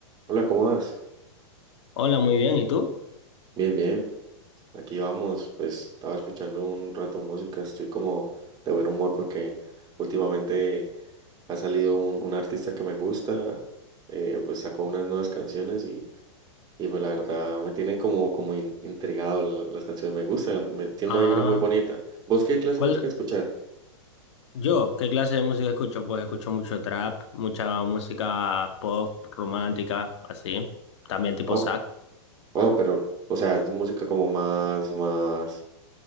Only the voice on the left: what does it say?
Hola, muy bien. ¿Y tú?
Ah,
¿cuál?
Yo, ¿qué clase de música escucho? Pues escucho mucho trap, mucha música pop, romántica, así. También tipo
sac.